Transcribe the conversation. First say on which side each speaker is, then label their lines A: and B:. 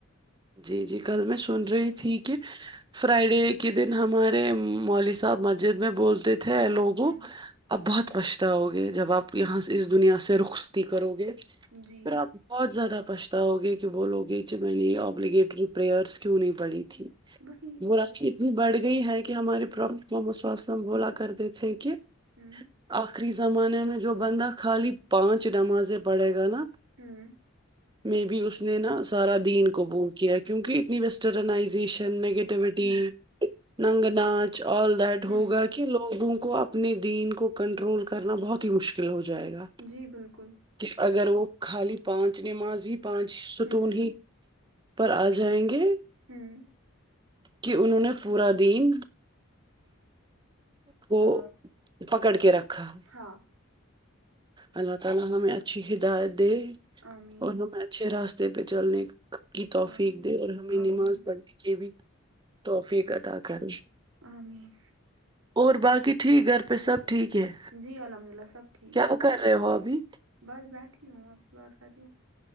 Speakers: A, on the right; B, on the right.
A: جی جی کل میں سن رہی تھی کہ فرائیڈے کے دن ہمارے مولی صاحب مسجد میں بولتے ہے لوگوں
B: ہوں
A: اب بہت پچھ تاؤگے جب آپ یہاں سے اس دنیا سے رخصتی کرو گے
B: جی
A: پھر آپ بہت زیادہ پچھتاؤ گے کہ بولو گے کہ میں نے یہ ابلیگیٹری پریئرس کیوں نہیں پڑھی تھی
B: وہی
A: برا سی اتنی بڑھ گئی ہے کہ ہمارے پورا سم بولا کرتے تھے کہ
B: ہم
A: آخری زمانے میں جو بندہ خالی پانچ نمازے پڑھے گا نا
B: ہوں
A: مے بھی اس نے نا سارا دین قبول کیا کیکی اتنی ویسٹرانئزیشن نگیٹیوٹی
B: ہوں
A: ننگ ناچ آ ڈیڈ
B: ہوں
A: ہوگا کہ لوگوں کو اپنے دین کو کنٹرول کرنا بہت ہی مشکل ہو جائے گا
B: جی بالکل
A: کہ اگر وہ خالی پانچ نماز ہی پانچ ستون
B: ہوں
A: ہی پر آ جائیں گے
B: ہوں
A: کہ انہوں نے پورا دین کو
B: آ،
A: پکڑ کے رکھا
B: ہاں
A: اللہ تعالی ہمیں اچھی ہدایت دے
B: آمین
A: اور ہمیں اچھے راستے پہ چلنے کی توفیق
B: آمین
A: دے اور ہمیں
B: آمین
A: نماز پڑھنے کے بھی توفیق اتا کرے
B: آمین
A: اور باقی ٹھیک گھر پہ سب ٹھیک ہے
B: جی الحمدلله سب ٹھیک
A: کیا کر رہے ہو ابھی
B: بس بیٹھی ہوں آپ سے بات کر رہی ہوں